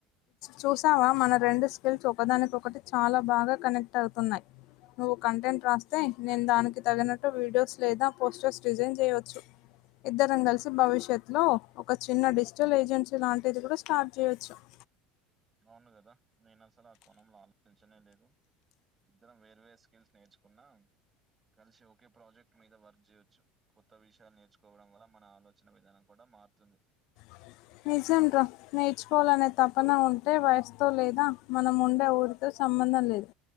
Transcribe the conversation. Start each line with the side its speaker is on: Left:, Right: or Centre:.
Left: చూసావా మన రెండు స్టెట్స్ ఒకదానికోకటి చాలా బాగా కనెక్ట్ అవుతున్నాయి, నువ్వు కంటెంట్ రాస్తే నేను దానికి తగినట్టు వీడియోస్ లేదా పోస్టర్స్ డిజైన్ చేయోచ్చు. ఇద్దరం కలిసి భవిష్యత్ లో ఒక చిన్న డిజిటల్ ఏజెన్సీ లాంటిది కూడా స్టార్ట్ చేయొచ్చు. <inaudible>
Right: అవును కదా నేను అస్సలు ఆ కోణంలో ఆలోచించనే లేదు. ఇద్దరం వేర్ వేరు స్కిల్స్ నేర్చుకున్నా కలిసి ఒకే ప్రాజెక్ట్ మీద వర్క్ చేయొచ్చు కొత్త విషయాలు నేర్చుకోవడం వల్ల మన ఆలోచన విధానం కూడా మారుతుంది.
Left: <inaudible> నిజం రా నేర్చుకోవాలనే తపన ఉంటే వయసుతో లేదా మనం ఉండే ఊరితో సంబంధం లేదు